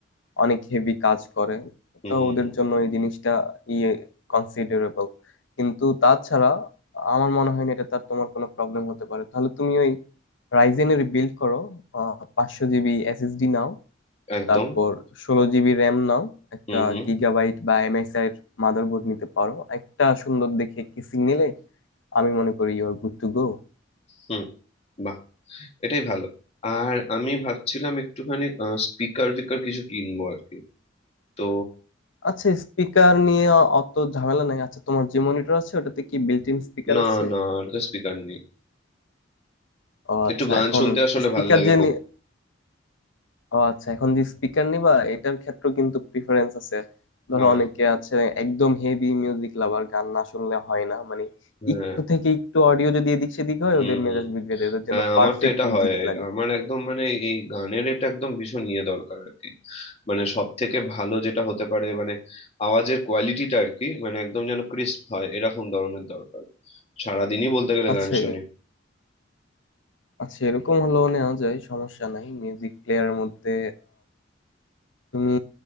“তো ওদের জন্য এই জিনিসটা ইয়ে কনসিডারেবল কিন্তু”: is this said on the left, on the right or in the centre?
Left